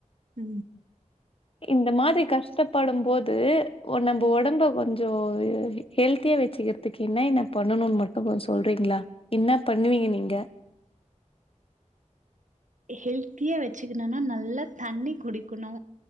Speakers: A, on the right; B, on the left.
A: உ
B: இந்த மாதிரி கஷ்டப்படு போது நம்ம
A: ம்
B: உடம்பு கொஞ் கொஞ்சோ ஹெல்தியா வச்சுக்கிறதுக்கு என்ன என்ன பண்ணணும்னு மட்டு கொஞ்சோ சொல்றீங்களா என்ன பண்ணுவீங்க நீங்க
A: ஹெல்த்தியா வச்சுக்கணுனா நல்லா தண்ணி குடிக்கணு